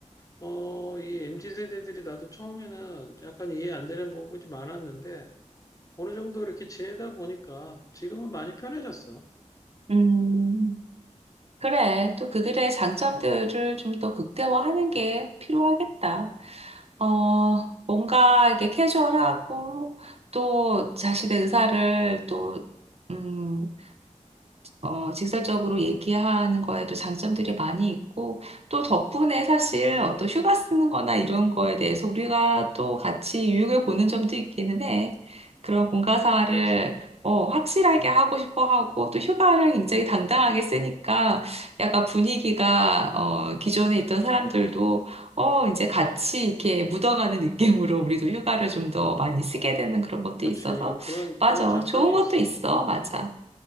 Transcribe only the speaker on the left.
어, 이 MZ 세대들이 나도 처음에는 약간 이해 안 되는 부분이 많았는데, 어느 정도 이렇게 지내다 보니까 지금은 많이 편해졌어.
그렇지.
음,
그렇지.
그런,
그런 장점이
있어.
음,